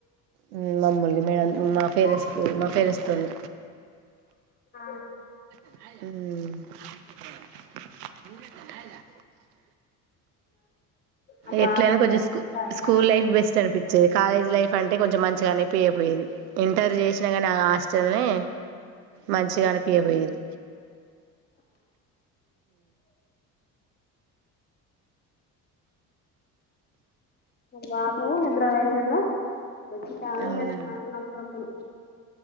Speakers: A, on the right (about 75°); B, on the left (about 20°).
A: ఉమ్ మమ్మూల్ని మేడం మా ఫేరెంట్స్
B: ఆ
A: మా ఫేరెంట్స్తోనే
B: ఆ
A: ఉమ్
B: మా బాబు
A: ఎట్లైన కొంచెం
B: మా
A: స్కూ స్కూల్ లైఫ్ బెస్ట్ అనిపించేది కాలేజ్ లైఫ్ అంటే కొంచెం మంచిగా అని పోయే పోయేది ఇంటర్ చేసినాగానీ హాస్టల్ని మంచిగా అనిపియకపోయేది
B: మా బాబు నిద్ర లేసిండు వచ్చి సాయ్
A: అవునా
B: అస్తంది నసపుడు